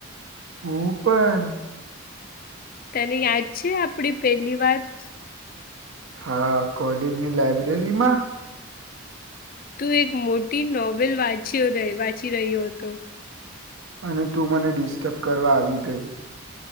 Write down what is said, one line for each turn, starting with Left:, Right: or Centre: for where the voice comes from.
Right: ઉપર
Left: તને યાદ છે આપડી પેલી વાત
Right: હા, કોલેજની લાઈબ્રેરીમાં
Left: તું એક મોટી નોવેલ વાંચ્યો, વાંચી રહ્યો હતો.
Right: અને તું મને ડિસ્ટર્બ કરવા આવી ગઈ.